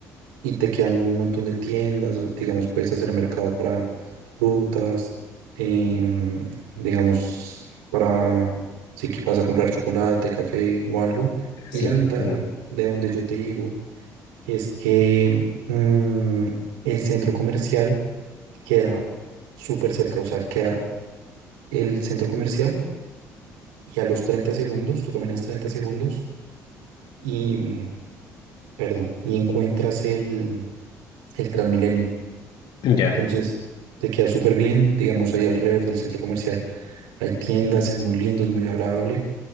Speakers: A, on the right; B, on the left.
A: y te quedan un montón de tiendas, o, digamos, puedes hacer mercado para frutas, em, digamos, para si que vas a comprar chocolate, café o algo. Y
B: Sí.
A: la ventaja
B: mm,
A: de donde yo te digo es que mm, el centro comercial queda súper cerca, o sea, queda el centro comercial y a los 30 segundos, tú caminas 30 segundos y, mm, perdón, y encuentras el, el Transmilenio.
B: Ya.
A: Entonces, te queda súper bien, digamos, ahí alrededor del centro comercial hay tiendas, es muy lindo, es muy agradable,